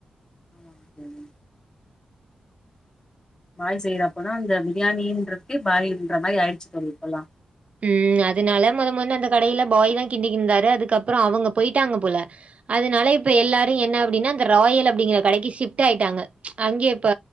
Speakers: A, on the left; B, on the right.
A: ஆமாங்க தோழி பாய் சைடா போனா அந்த பிரியாணின்றதுக்கே பாயன்ற மாதிரி ஆயிடுச்சு தோழி இப்பல்லா
B: உம் அதனால மொத மொதல அந்த கடையில பாய் தா கிண்டிக்கிட்டுந்தாரு அதுக்கப்புற அவுங்க போயிட்டாங்க போல அதனால இப்ப எல்லாரு என்ன அப்டின்னா அந்த ராயல் அப்டிங்கிற கடைக்கு ஷிப்ட் ஆயிட்டாங்க அங்க இப்ப